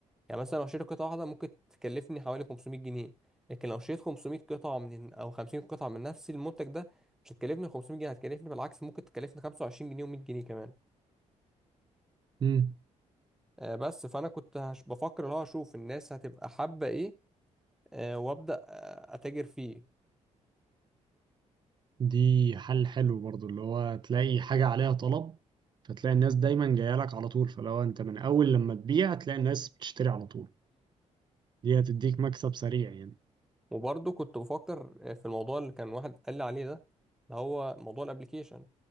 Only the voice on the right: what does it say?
مم.
دي حل حلو برضو اللي هو تلاقي حاجة عليها طلب فتلاقي الناس دايما جايه لك على طول فلو انت من اول لما تبيع تلاقي الناس بتشتري على طول دي هتديك مكسب سريع يعني